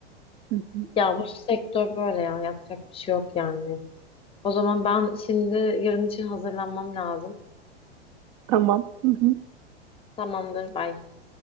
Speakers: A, on the right (about 45°); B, on the left (about 15°).
A: Hı hı.
B: ya bu sektör böyle ya yapacak bir şey yok yani. O zaman ben şimdi yarın için hazırlanmam lazım.
A: Tamam. Hı hı.
B: Tamamdır. Belki